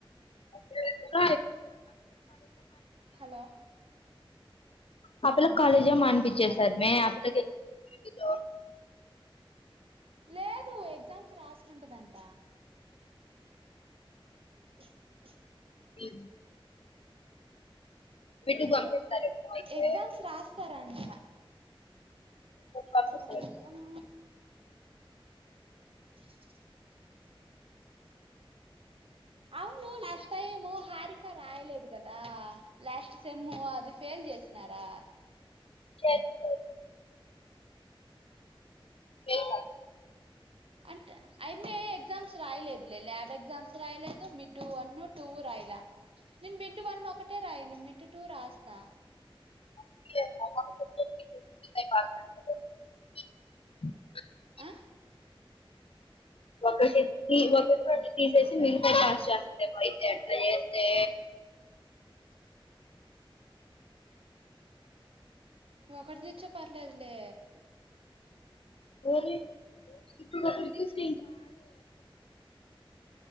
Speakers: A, on the left; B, on the right.
A: <inaudible>
B: హలో
A: ఆ పిల్ల కాలేజ్ మాన్పించేశారు మే ఆ పిల్ల <unintelligible>
B: లేదు ఎగ్జామ్స్ రాసుకుంటదంట ఆ
A: ఇ బిడ్డు పంపిస్తారు ఏమో అయితే
B: ఎక్జామ్స్ రాస్తా రాంటా
A: పంపిస్తారు
B: ఊ ఏమో ఆ అవును లాస్ట్ టైము హారిక రాయలేదు కదా లాస్ట్ సెమ్ అది ఫేల్ చేసినారా
A: చేస్తారు. తెలదు
B: అంటే అయమ్మి ఎగ్జామ్స్ రాయలేదులే ల్యాబ్ ఎగ్జామ్స్ రాయలేదు మిడ్ వన్ టూ రాయలే నేను మిడ్ వన్ ఒకటే రాయను మిడ్ టూ రాస్తా
A: <inaudible> ఆ
B: ఆ
A: <unintelligible> తీసేసి మిగతా చేస్తే అయితే ఆట్లా చేస్తే
B: ఒకటి చుచ్చే పర్లేదులే
A: ఓన్లీ <inaudible>